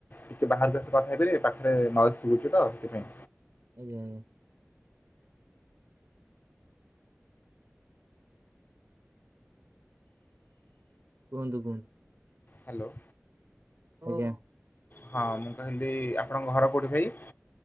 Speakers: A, on the left; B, on the right.
A: ଟିକେ ବାହାରକୁ ଆସେ କଥା ହେଇପିବେ ପାଖରେ ନାଇଜ ଶୁବୁଚି ତ ସେଥିପାଇଁ।
B: ଆଜ୍ଞା ଆଜ୍ଞା। କୁହନ୍ତୁ କୁହନ୍ତୁ।
A: ହ୍ୟାଲୋ।
B: ଆଜ୍ଞା।
A: ହଁ ମୁଁ କହିଲି ଆପଣଙ୍କ ଘର କେଉଠି ଭାଇ?